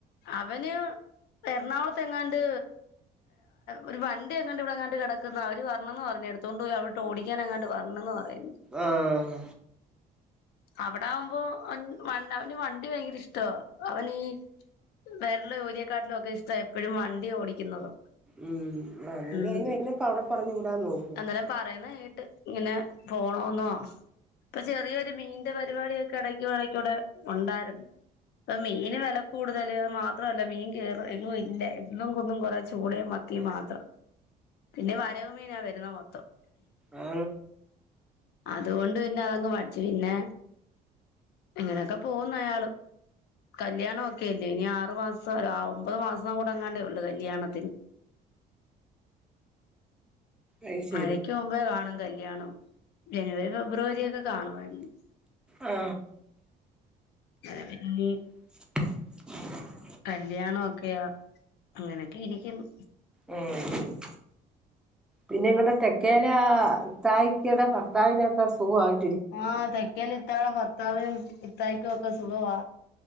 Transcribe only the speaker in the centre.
ആഹ്
ഉം അന്ന്
അയിപ്പ അവിടെ പറഞ്ഞഞ് വിടാൻ നോക്കൂ
ആ
അത് ശരി
ആ
<inaudible>
ഉം പിന്നെ ഇങ്ങടെ തെക്കേല തായ്ക്കയുടെ ഭർത്താവിനക്കെ സുഖായി